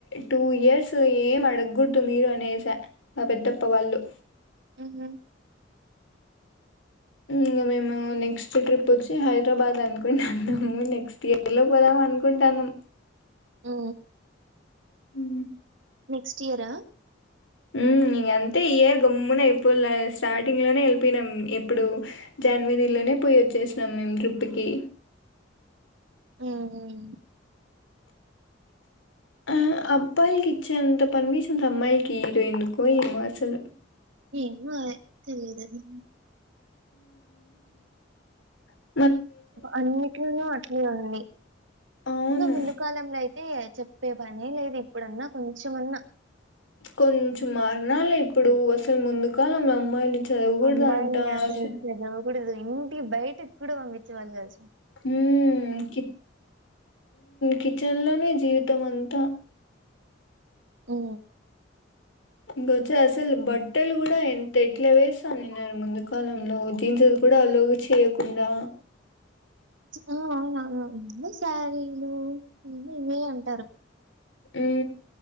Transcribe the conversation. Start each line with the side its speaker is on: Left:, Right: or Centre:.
Left: టూ ఇయర్స్ ఏం అడగకూడదు మీరు అనేసా మా పెద్దప్ప వాళ్ళు
Right: ఉహు
Left: ఇంగ మేము నెక్స్ట్ ట్రిప్ వచ్చి హైదరాబాద్ అనుకుంటున్నాము నెక్స్ట్ ఇయర్ లో పోదాం అనుకుంటన్నాం
Right: ఉ
Left: ఉ
Right: నెక్స్ట్ ఇయరా
Left: ఉ ఇగ అంతే ఈ ఇయర్ గమ్మున అయిపోల్ల స్టార్టింగ్ లోనే వెళ్ళిపోయినాం ఎప్పుడు జనవరిలోనే పోయి వచ్చేసినాం మేము ట్రిప్ కి
Right: ఉ ఉ
Left: ఆ అబ్బాయిలికి చే అంత పర్మిషన్ అమ్మాయిలికి ఇయ్యరు ఎందుకో ఏమో అస్సలు
Right: ఏను తెలిదది
Left: ఉ
Right: అన్నిట్న అట్లే ఉంది.
Left: అవును
Right: ఇన్న ముందు కాలంలోయితే అంతే చెప్పే పని లేదు. ఇప్పుడన్నా కొంచంన్నా
Left: కొంచెం మారణాలు ఇప్పుడు అసలు ముందు కాలం అమ్మాయిలు చదవకూడదు
Right: అమ్మాయి
Left: అంట అసలు
Right: <unintelligible> కుడదు ఇంటికి బయటకి కూడా పంపిచ్చ వాళ్ కాు
Left: హు కి కిచెన్లోనే జవి కుతమంత
Right: ఉ
Left: గచ అసెలు బట్టలు గుడా అంత ఎట్లా వేసా న ముందు కాలంలో జీన్స్లు కూడా అలో చేయకుండా
Right: ఆ అవునా ఎంత సారీలు నను ఇవ అంటారు
Left: ఉ